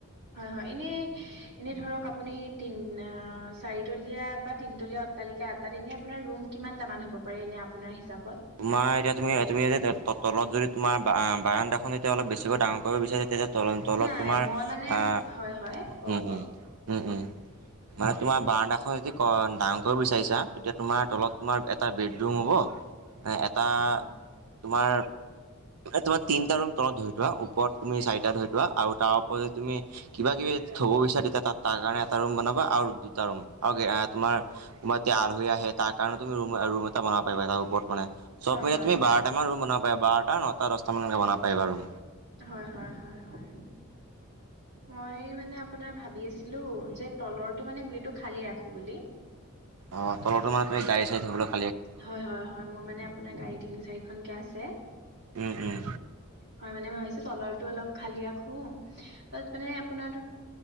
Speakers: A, on the right; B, on the right.
A: হয়, হয়, এনেই এনেই ধৰক আপুনি তিন চাৰিতলীয়া বা তিনতলীয়া কালিকা এটাত এনে আপোনাৰ ৰুম কিমান তামান হ'ব পাৰে এনে আপোনাৰ হিচাপত?
B: তোমাৰ এতিয়া তুমি তুমি তলত যদি তোমাৰ বাৰান্দাখন এতিয়া অলপ বেছিকৈ ডাঙৰ কৰিব বিচাৰা তেতিয়া তল তলত
A: নাই
B: তোমাৰ
A: মই মানে
B: আহ,
A: হয় হয় কওক
B: উম
A: কওক
B: উম। উম উম। মানে তোমাৰ বাৰান্দাখন যদি ডাঙৰ কৰিব বিচাৰিছা তেতিয়া তোমাৰ তলত তোমাৰ এটা বেডৰুম হ'ব এটা
A: হয়
B: তোমাৰ তোমাৰ তিনিটা ৰুম তলত ধৰি থোৱা ওপৰত তুমি চাৰিটা ধৰি থোৱা আৰু তাৰ যদি তুমি কিবা কিবি থ'ব বিচাৰা তেতিয়া তাত তাৰ কাৰণে এটা ৰুম বনাবা। আৰু দুটা ৰুম আৰু তোমাৰ তোমাৰ এতি আল হৈ আহে তাৰ কাৰণে তুমি টা বনাব পা তাৰ ওপৰত মানেব
A: হয়
B: মানে
A: হয়
B: তুমি
A: হয়
B: বাৰটা
A: হয়।
B: মান ৰু বাব পা বাৰটা ন টা দহটামানকৈ বনাব পায় বাৰু
A: হয় হয় হয় মই মানে আপোনাৰ ভাবি আছিলো যে তলৰটো মানে গুৰিটো খালি ৰাখো বুলি
B: অ তলৰ মানে তম গড়ী চাই থবলৈ
A: হয় হয় হয় মোৰ মানে আপোনাৰ গাড়ী তিনি চাৰিখনকে আছে
B: উম উম
A: হয় মানে ভাবিছো তলৰ টো অলপ খালি ৰাখো তাত মানে আপোনাৰ